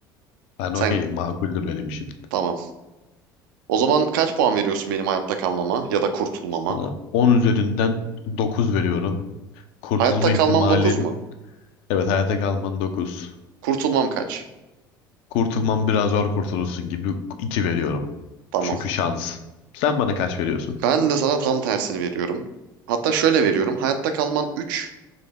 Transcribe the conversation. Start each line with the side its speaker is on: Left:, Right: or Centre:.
Left: Ben
Right: Sen
Left: okeyim, makuldür benim için.
Right: tamam. O zaman kaç puan veriyorsun benim hayatta kalmama ya da kurtulmama?
Left: Sana 10 üzerinden 9 veriyorum. Kurtulma
Right: Hayatta
Left: ihtimalin
Right: kalmam 9 mu?
Left: evet hayatta kalman dokuz
Right: Kurtulmam kaç?
Left: Kurtulman biraz zor kurtulursun gibi 2 veriyorum.
Right: Tamam.
Left: Çünkü şans. Sen bana kaç veriyorsun?
Right: Ben de sana tam tersini veriyorum. Hatta şöyle veriyorum. Hayatta kalman üç,